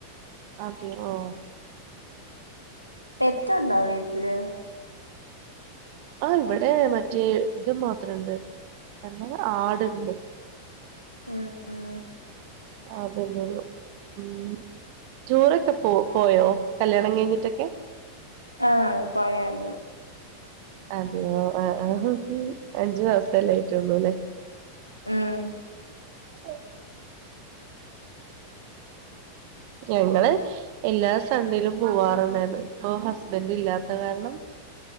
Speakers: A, on the right; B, on the left.
A: അതെ, ഓ
B: പെറ്റുണ്ടോ.. വീട്ടില്
A: ആഹ. ഇവിടെ. മറ്റേ. ഇത് മാത്രണ്ട്. രണ്ടുന്ന. ആടുണ്ട്
B: ഉം ഉം
A: ആതന്നെള്ളൂ.. ഉം ടൂറൊക്കെ പോ. പോയോ. കല്യാണം കഴിഞ്ഞിട്ടൊക്കെ
B: ആഹ പോയരുന്നു
A: അതെയോ.. ആഹാ. അഞ്ചു മാസല്ലയിട്ടൊള്ളു. ല്ലേ
B: ഉം
A: <unintelligible> ഞങ്ങള് എല്ലാ സണ്ടേലും പോവാറണ്ടർന്നത്. ഇപ്പൊ ഹസ്ബൻഡ്. ഇല്ലാത്ത കാരണം.